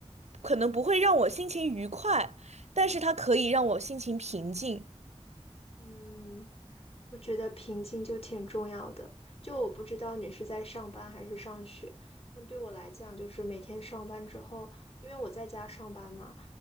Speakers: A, on the right; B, on the left.
A: 可能不会让我心情愉快，但是它可以让我心情平静。
B: 嗯，我觉得平静就挺重要的。就我不知道你是在上班还是上学，但对我来讲，就是每天上班之后，因为我在家上班嘛，